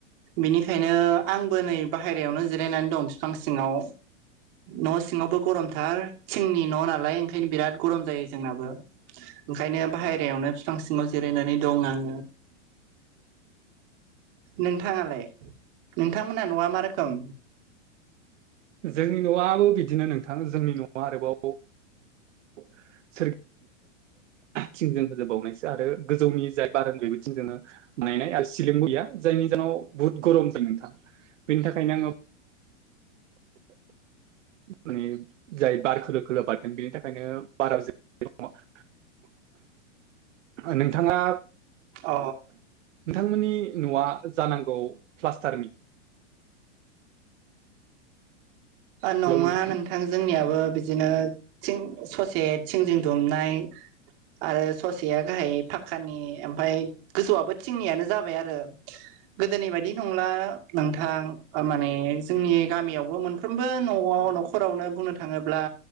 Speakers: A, on the right; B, on the right.
A: बिनिखायनो आंबो नै बाहेरायावनो जिरायनानै दं बिफां सिङाव न' सिङावबो गरमथार थिंनि न' नालाय ओंखायनो बिराद गरम जायो जोंनाबो ओंखायनो बाहेरायावनो बिफां सिङाव जिरायनानै दं आङो नोंथाङालाय-नोंथांमोनहा न'आ मा रोखोम?
B: जोंनि न'आबो बिदिनो नोंथां जोंनि न'आ आरोबाव। <inaudible> थिंजों होजोबावनायसो आरो गोजौनि जाय बार <inaudible> बोथिं जोङो। नायनाय आरो सिलिं गैया जायनि जनाव बुहुत गरम जायो नोंथां बेनि थाखायनो आङो। माने जाय बार खोलो-खोलो बारदों बेनि थाखायनो बाराव जिरा दङ'।
A: <unintelligible>
B: नोंथाङा।
A: अ।
B: नोंथांमोननि न'आ जानांगौ प्लास्टारनि।
A: नङा
B: हेलौ नोंथां
A: नोंथा। जोंनियाबो बिदिनो थिं ससे थिंजों दुमनाय। आरो ससेया गाहाय फाखक्कानि ओमफाय। गोजौआबो थिंनियानो जाबाय आरो। गोदोनि बायदि नंला नोंथां माने जोंनि गामियाव। मोनफ्रोमबो न'आव -न'खरावनो बुंनो थाङोब्ला।